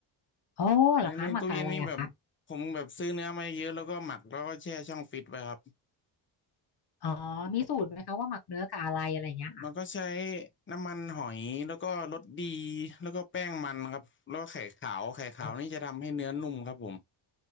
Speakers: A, on the left; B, on the left.
A: โอ้เหรอคะหมักกับอะไรอะคะ
B: ในในตู้เย็นนี่แบบผมแบบซื้อเนื้อมาเยอะแล้วก็หมักแล้วก็แช่ช่องฟิตไว้ครับ
A: อ๋อมีสูตรไหมคะว่าหมักเนื้อกับอะไรอะไรอย่างเงี้ยค่ะ
B: มันก็ใช้น้ำมันหอยแล้วก็รสดีแล้วก็แป้งมันครับแล้วก็ไข่ขาวไข่ขาวนี่จะทำให้เนื้อนุ่มครับผม
A: โอ้